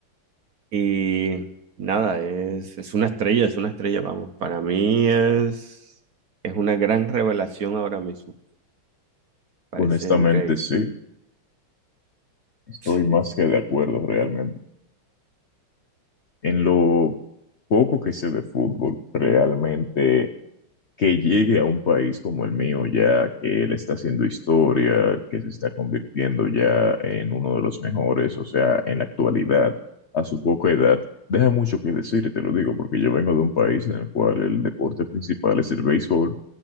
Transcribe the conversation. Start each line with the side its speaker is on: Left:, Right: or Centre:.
Right: Y nada, es, es una estrella, es una estrella, vamos. Para mí es, es una gran revelación ahora mismo. Parece
Left: Honestamente,
Right: increíble.
Left: sí, estoy
Right: Sí,
Left: más que de acuerdo realmente. En lo poco que sé de fútbol, realmente que llegue a un país como el mío, ya que él está haciendo historia, que se está convirtiendo ya en uno de los mejores, o sea, en la actualidad, a su poca edad, deja mucho que decir, y te lo digo, porque yo vengo de un país en el cual el deporte principal es el béisbol